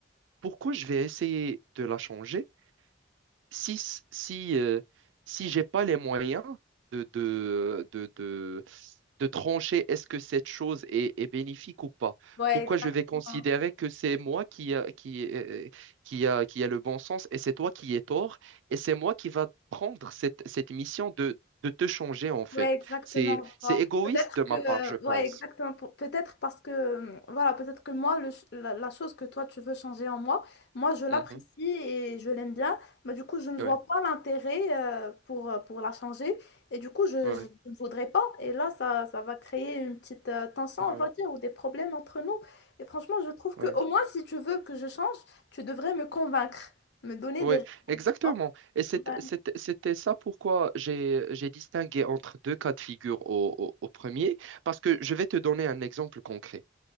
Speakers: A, on the right (about 75°); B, on the left (about 60°).
A: Pourquoi je vais essayer de la changer? si, si, euh, si j'ai pas les moyens de, de, de, de, de trancher est-ce que cette chose est, est bénéfique ou pas,
B: ouais,
A: pourquoi
B: exactement.
A: je vais considérer que c'est moi qui a, qui, euh, qui a, qui a le bon sens et c'est toi qui es tort et c'est moi qui va prendre cette, cette mission de, de te changer en fait.
B: Ouais, exactement.
A: C'est, c'est
B: voilà.
A: égoïste
B: Peut-être
A: de ma
B: que, euh,
A: part, je pense.
B: ouais, exactement. Pe- Peut-être parce que, euh, voilà, peut-être que moi, le ch- la, la chose que toi, tu veux changer en moi, moi, je l'apprécie
A: Mhm.
B: et je l'aime bien, mais du coup, je ne vois
A: Ouais,
B: pas l'intérêt euh, pour, euh, pour la changer. Et du coup, je,
A: ouais,
B: je- je ne voudrais pas. Et là, ça, ça va créer une petite euh, tension,
A: ouais,
B: on va dire, ou des problèmes entre nous. Et franchement, je trouve que
A: ouais.
B: au moins, si tu veux que je change, tu devrais me convaincre, me donner
A: Oui,
B: des raisons.
A: exactement. Et c'est- c'est- c'était ça pourquoi j'ai j'ai distingué entre deux cas de figure au, au- au premier, parce que je vais te donner un exemple concret.